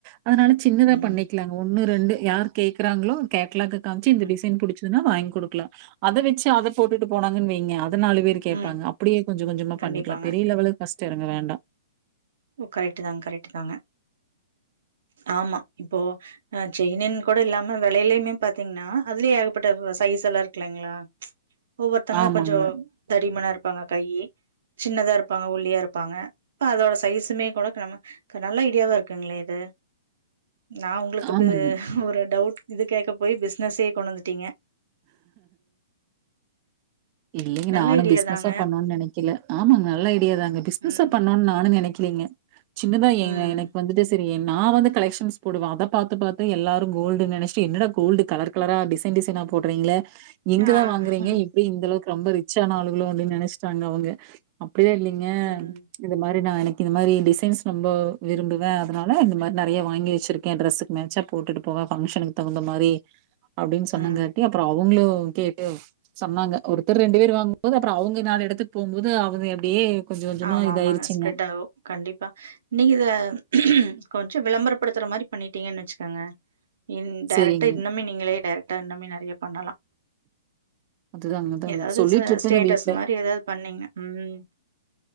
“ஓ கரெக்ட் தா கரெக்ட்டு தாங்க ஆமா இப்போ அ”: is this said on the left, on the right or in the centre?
Right